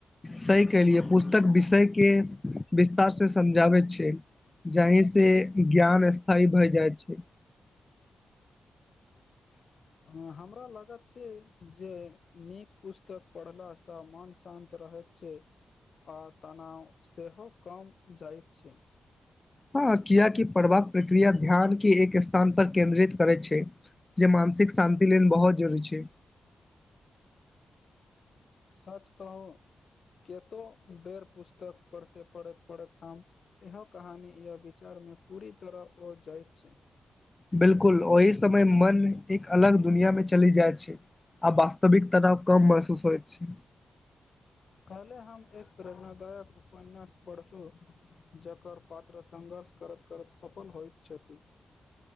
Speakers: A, on the left; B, on the left.
A: सही कहलियै पुस्तक विषय केँ विस्तार से समझाबैत छै जहि से ज्ञान स्थायी भय जाइ छै
B: <inaudible> हमरा लागत छै जे नीक पुस्तक पढ़ला सँ मन शान्त रहैत छै आ तनाव सेहो कम जाइत छै
A: हँ किआकि पढ़बाक प्रक्रिया ध्यान केँ एक स्थानपर केन्द्रित करैत छै जे मानसिक शान्ति लेल बहुत जरूरी छै
B: सच कहू कतो बेर पुस्तक पढ़ते पढ़ैत - पढ़ैत हम इहो कहानी या विचार मे पूरी तरह ओ जाइत छै
A: बिलकुल ओहि समय मन एक अलग दुनिया मे चलि जाइत छै आब वास्तविकता कम महसूस होइत छै
B: कहले हम एक प्रेरणादायक उपन्यास पढ़लू जकर पात्र संघर्ष करत - करत सफल होइत छथि